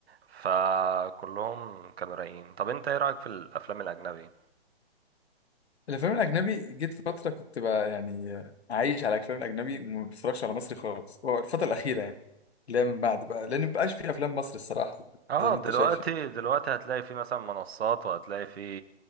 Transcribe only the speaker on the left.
الافلام الاجنبي جيت فتره كنت بقى يعني عايش على الافلام الاجنبي وما بتفرجش على مصري خالص هو الفتره الاخيره يعني اللي هي من بعد بقى لان مبقاش في افلام مصري الصراحه
زي ما
انت شايف يعني